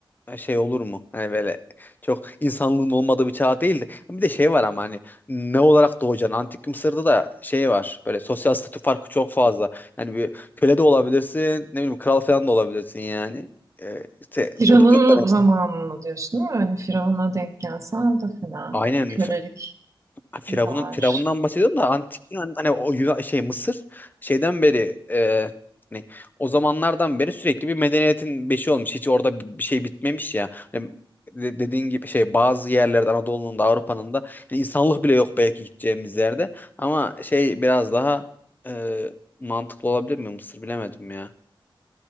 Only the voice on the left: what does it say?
e, şey olur mu? Hani böyle çok insanlığın olmadığı bir çağ değil de bir de şey var ama hani ne olarak doğacaksın? Antik Mısır'da da şey var böyle sosyal statü farkı çok fazla. Yani bir köle de olabilirsin ne bileyim kral falan da olabilirsin yani. Ee, işte
o da çok önemli.
Aynen
Ha, Firavun'un
Firavun'dan bahsediyorum da antik Yunan hani o Yunan, şey Mısır şeyden beri e, hani o zamanlardan beri sürekli bir medeniyetin beşi olmuş. Hiç orada bir bir şey bitmemiş ya. Hani de- dediğin gibi şey bazı yerlerde Anadolu'nun da Avrupa'nın da hani insanlık bile yok belki gideceğimiz yerde. Ama şey biraz daha e, mantıklı olabilir mi Mısır bilemedim ya.